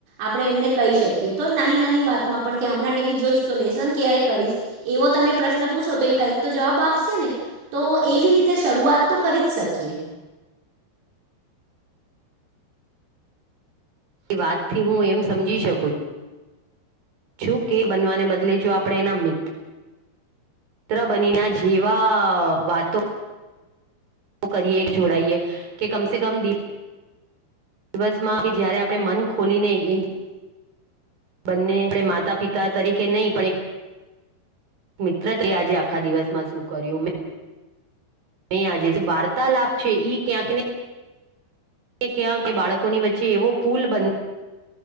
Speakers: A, on the right; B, on the right.
A: આપણે એમને કહી શકીએ તો નાની નાની વાતમાં પણ કે હમણાં ટીવી જોઈશ તો લેસન ક્યારેય એ કરીશ એવો તમે પ્રશ્ન પૂછો કઇક તો જવાબ આપશે ને. તો એવી રીતે શરૂવાત તો કરી જ શકીએ.
B: એ વાતથી હું એમ સમજી શકું જો કે બનવાને બદલે જો આપણે એના મિ ત્ર બનીના જેવા વાતો તો કરીએ એક જોડાઈએ કે કમ સે કમ દી વસમાં કે જ્યારે આપણે મન ખોલીને એ બંને આપણે માતાપિતા તરીકે નહીં પણ એક મિત્ર તે આજે આખા દિવસમાં શું કર્યું મેં આજે વાર્તાલાપ છે ઈ ક્યાંકને મેં ક્યાં કે બાળકોની વચ્ચે એવો પુલ બન